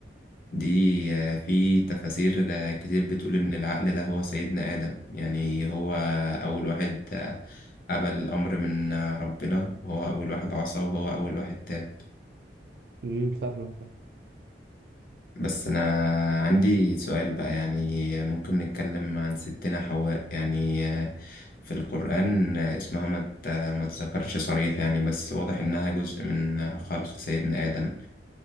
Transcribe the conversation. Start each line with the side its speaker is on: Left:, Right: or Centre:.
Left: دي آه، في تفاسير آه، كتير بتقول إن العقل ده هو سيدنا آدم يعني هو أول واحد آه، قبل الأمر من آه، ربنا وهو أول واحد عصى وهو أول واحد تاب
Right: امم فاهمك فاهم
Left: بس أنا عندي سؤال بقى يعني ممكن نتكلم عن ستنا حواء يعني آه، في القرآن آه، اسمها ما ت- ما تذكرش صريح يعني بس واضح إنها جزء من خلق سيدنا آدم